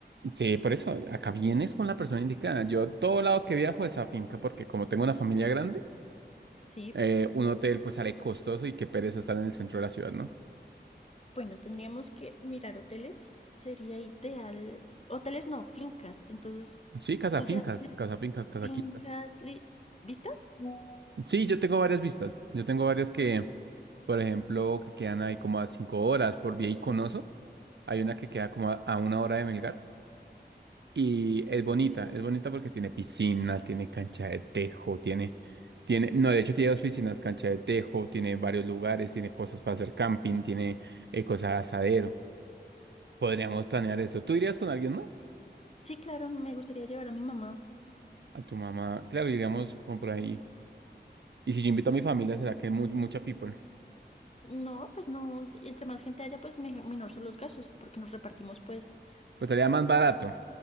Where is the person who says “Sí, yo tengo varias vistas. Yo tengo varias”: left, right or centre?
Right